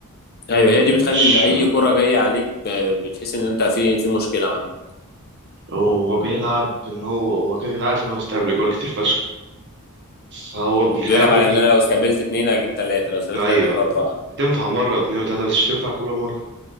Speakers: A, on the left (about 45°); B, on the right (about 50°).
A: ايوه هي دي
B: مش
A: بتخلي ان اي كره جايه عليك ب- بتحس ان انت في في مشكله عندك
B: هو بيلعب إن هو هو كده كده عارف إن هو هيستقبل جوال كتير فشخ فهو
A: بيلعب
B: بيحاول
A: على ان انا لو استقبلت اتنين هجيب تلاته لو استقبلت
B: أيوه
A: تلاته هجيب اربعه
B: بتنفع مرة واتنين وتلاتة بس مش تنفع كل مرة